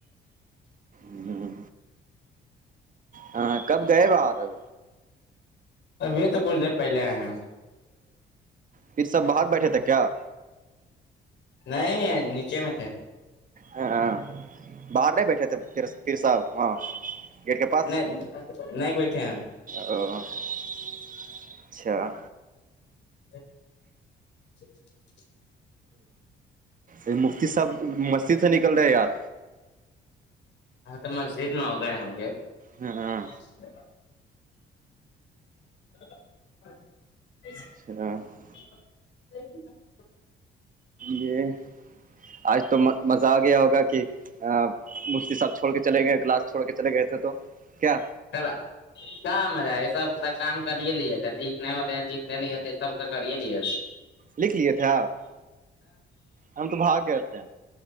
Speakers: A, on the right; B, on the left.
A: ہ ہاں کب گئے باہر اب
B: ابھی تو کچھ دیر پہلے آئے ہیں
A: پھر سب باہر بیٹھے تھے کیا
B: نہیں نیچے میں تھے
A: ہاں باہر نہیں بیٹھے تھے پھر سب وہاں گیٹ کے پاس
B: نہیں نہیں بیٹھے ہم
A: او اچھا
B: <inaudible> چ
A: مفتی صاحب مسجد سے نکل رہے یار
B: ہاں تو مسجد میں ہو گئے ہوں گے
A: ہاں
B: <inaudible> <inaudible>
A: <inaudible>
B: <inaudible>
A: یہ آج تو مزہ آیا ہوگا کہ مفتی صاحب چھوڑ کے چلے گئے کلاس چھوڑ کے چلے گئے تھے تو کیا
B: <inaudible> کہاں مزہ ہے سب سے کام کری لیے نہیں ہو <inaudible> نہیں سب تو کر لیے
A: لکھ لیے تھے آپ ہم تو بھاگ گئے تھے